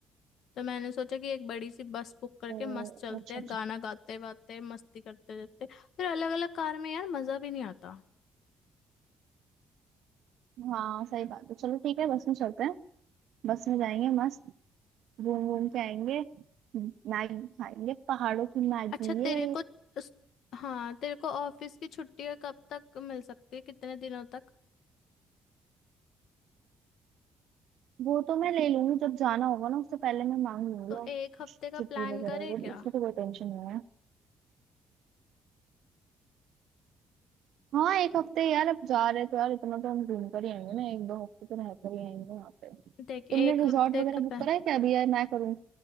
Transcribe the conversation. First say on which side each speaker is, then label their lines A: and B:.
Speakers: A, on the left; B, on the right.
A: तो मैंने सोचा कि एक बड़ी सी बस बुक करके
B: ओ
A: मस्त चलते
B: अच्छा
A: हैं
B: अच्छा
A: गाना गाते वाते मस्ती करते रहते फिर अलग अलग कार में यार मजा भी नहीं आता
B: हाँ सही बात है चलो ठीक है बस में चलते हैं बस में जाएंगे मस्त घूम घूम के आएंगे मैगी खाएंगे पहाड़ों की मैगी
A: अच्छा तेरे
B: ये
A: को उस- हाँ तेरे को ऑफिस की छुट्टियां कब तक मिल सकती है कितने दिनों तक
B: वो तो मैं ले लूंगी जब जाना होगा ना उससे पहले मैं मांग लूंगी
A: तो
B: और
A: एक हफ्ते का
B: छुट्टी
A: प्लान
B: वगैरह
A: करे
B: वो तो
A: क्या
B: उसकी तो कोई टेंशन नहीं है हाँ एक हफ्ते यार अब जा रहे तो यार इतना तो हम घूम कर ही आएंगे ना एक दो हफ्ते तो रह कर ही आएंगे वहां पे
A: देख
B: तुमने
A: एक
B: रिजॉर्ट
A: हफ्ते
B: वगैरह
A: का प्लान
B: बुक करा है क्या अभी यार मैं करूँ